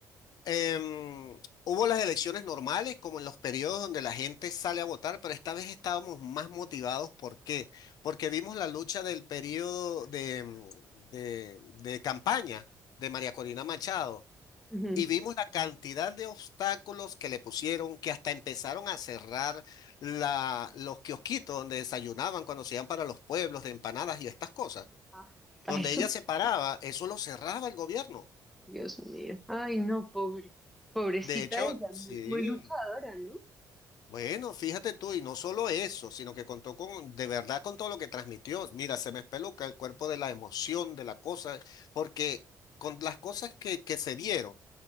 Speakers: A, on the left; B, in the centre.
A: Em, hubo las elecciones normales, como en los periodos donde la gente sale a votar, pero esta vez estábamos más motivados. ¿Por qué? Porque vimos la lucha del periodo de, mm, de, de campaña de María Corina Machado
B: Ujú.
A: y vimos la cantidad de obstáculos que le pusieron, que hasta empezaron a cerrar la, los kiosquitos donde desayunaban cuando se iban para los pueblos de empanadas y estas cosas.
B: Ah, A
A: Donde
B: Eso,
A: ella se paraba, eso lo cerraba el gobierno.
B: Dios mío. Ay, no, pobre. Pobrecita
A: De hecho,
B: ella,
A: sí.
B: muy, muy luchadora, ¿no?
A: Bueno, fíjate tú, y no solo eso, sino que contó con, de verdad, con todo lo que transmitió. Mira, se me espeluca el cuerpo de la emoción, de la cosa, porque con las cosas que, que se vieron,